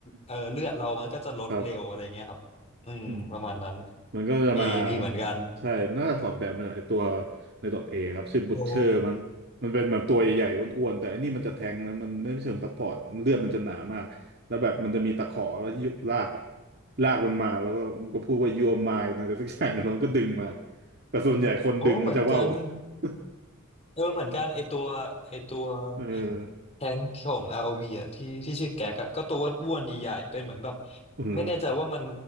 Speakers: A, on the left; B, on the right.
A: เออเลือดเรามันก็จะลดเร็วอะไรเงี้ยครับ
B: ครับ
A: อืมประมาณนั้น
B: อืม มันก็จะมา
A: มีมีเหมือนกัน
B: ใช่มันน่าจะถอดแบบมาจากไอตัวใน .A เอครับ ชื่อบุชเชอร์มั้งมันเป็นแบบตัวใหญ่ๆอ้วนๆแต่อันนี้มันจะแทงนะมันไม่เชิงซัพพอร์ตเลือดมันจะหนามากแล้วแบบมันจะมีตะขอแล้วยุบลากอะ
A: โอ้
B: ลากมันมาแล้วก็มันก็พูดว่า you are mine อะไรสักอย่าง <laughs> แล้วมันก็ดึงมาแต่ส่วนใหญ่คนดึงมันจะว่าว
A: โอ้เหมือนกัน
B: <laughs>
A: เออเหมือนกันไอตัวไอตัว
B: เออ
A: แทงค์ของ ROV อวีอ่ะที่ที่ชื่อแก๊กอ่ะก็ตัวอ้วนๆใหญ่ๆเป็นเหมือนแบบ
B: เออ
A: ไม่แน่ใจว่ามัน